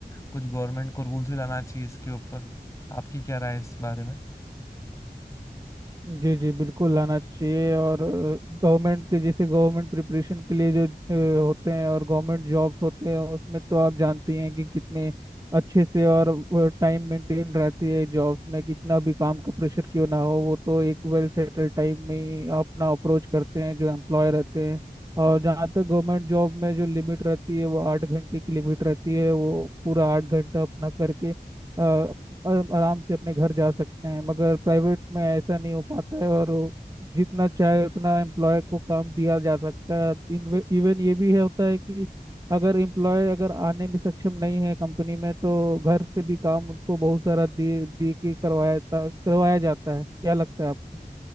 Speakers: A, on the left (about 20°); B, on the right (about 20°).
A: कुछ गवर्नमेंट को रूल्स भी लाना चाहिए इसके ऊपर आपकी क्या राय है इस बारे में
B: जी जी बिल्कुल लाना चाहिए और गवर्नमेंट के जैसे गवर्नमेंट प्रिपरेशन के लिए जो अ, होते हैं और गवर्नमेंट जॉब्स होते हैं उसमें तो आप जानती हैं कि कितने अच्छे से और टाइम मेंटेन रहती है जॉब्स में कितना भी काम का प्रेशर क्यों ना हो वो तो एक वेल सेटल टाइम में ही अपना अप्रोच करते हैं जो एम्प्लॉय रहते हैं और जहाँ तक गवर्नमेंट जॉब में जो लिमिट रहती है वो आठ घंटे की लिमिट रहती है वो पूरा आठ घंटा अपना करके आर- आराम से अपने घर जा सकते हैं मगर प्राइवेट में ऐसा नहीं हो पाता है और वो जितना चाहे उतना एम्प्लॉय को काम दिया जा सकता है इनवे- इवन ये भी है होता है कि अगर एम्प्लॉय अगर आने में सक्षम नहीं है कंपनी में तो घर से भी काम उनको बहुत सारा दे दे के करवाया करवाया जाता है क्या लगता है आपको